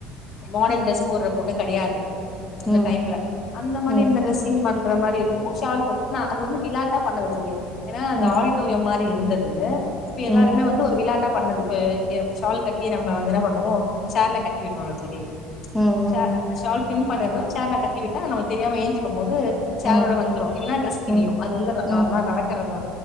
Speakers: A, on the left; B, in the centre.
A: மாடன் ட்ரெஸ் போடுற பொட்டு கெடையாது அந்த
B: ம்,
A: டைம்ல அந்த மாரி
B: ம்,
A: இந்த டரெஸ்ஸிங் பண் ற மாரி இருக்கும் ஷால் போட்டது நான அது வந்து விளாட்டா பண்ணது ஏன்ன
B: ம், ம்,
A: அந்த ஆடிட்டோரியம் மாரி இருந்தது இப்ப
B: ம்,
A: எல்லாருமே வந்து ஒரு விளாட்ட பண்ணது போ ஷால் கட்டி நம்ம வந்து என்ன பண்ணுவோம்ஷர்ல கட்டி விடணும்ம் தோழி
B: ம்,
A: ச ல் பின் பண்ணிரும் சேல கட்டிவிட்ட நம தெரியாம ஏஞ்சக்கும் போது சேலோ
B: ம், ம்,
A: வந்து இல டஸ் கியும்
B: ம்,
A: அது வந்து
B: ம்,
A: ந நடக்கறத